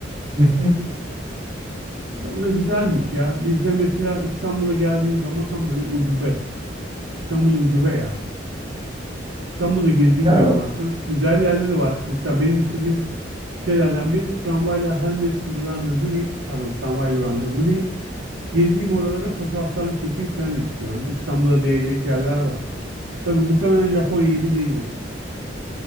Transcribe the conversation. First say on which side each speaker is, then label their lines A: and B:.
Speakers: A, on the right (about 30°); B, on the right (about 80°).
A: Hı hı.
B: E, O da güzelmiş ya. Bizde mesela İstanbul'a geldiğin zaman tam böyle ucube. İstanbul ucube ya. İstanbul'u gezeyim
A: Ya,
B: diyorum aslında. Güzel yerleri var. Mesela benim istediğim şeylerden biri tramvayla her metro durağında durayım. Pardon tramvay durağında durayım. Gezeyim oraları fotoğraflarını çekeyim falan istiyorum. İstanbul'a değecek yerler var. Tabii muhtemelen Japonya gibi değildir.